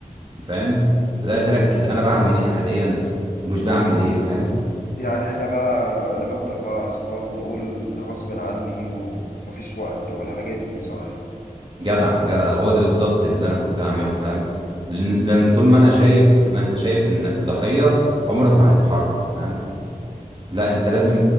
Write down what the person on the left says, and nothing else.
امم
يعني احنا بقى نبطل بقى اسم دوت نقول ده غصب عني ومفيش وقت والحاجات دي صح